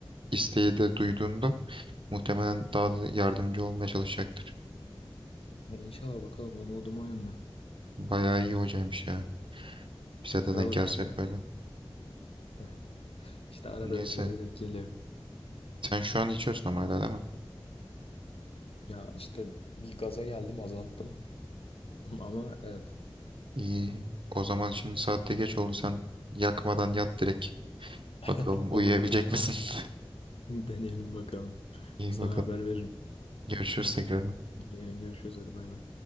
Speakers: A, on the right; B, on the left.
A: isteği de duyduğunda muhtemelen daha da yardımcı olmaya çalışacaktır.
B: Ya inşallah bakalım umudum o yönde.
A: Bayağı iyi hocaymış ya. Bize de
B: Kral
A: denk
B: hocadır
A: gelse
B: ya.
A: hep böyle.
B: <laughs> İşte arada
A: Neyse.
B: derede denk geliyor.
A: Sen şu an içiyorsun ama hala değil mi?
B: Ya işte bir gaza geldim azalttım. <laughs> Ama evet.
A: İyi. O zaman şimdi saatte geç oldu. Sen yakmadan yat direkt.
B: <laughs>
A: Bakalım uyuyabilecek
B: Olur olur tamam.
A: misin? <laughs>
B: <laughs> Deneyelim bakalım.
A: İyi
B: Sana
A: bakalım.
B: haber veririm.
A: Görüşürüz tekrar.
B: Yarın görüşürüz hadi bay bay.